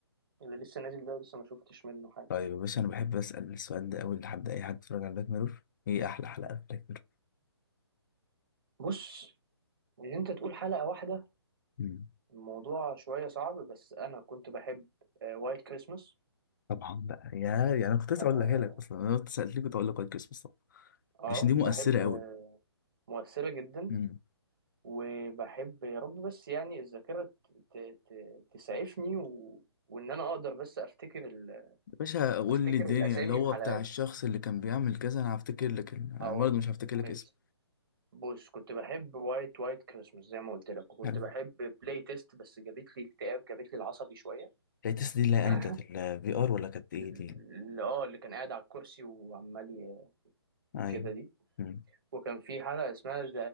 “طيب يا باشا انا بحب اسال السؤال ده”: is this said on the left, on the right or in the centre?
Left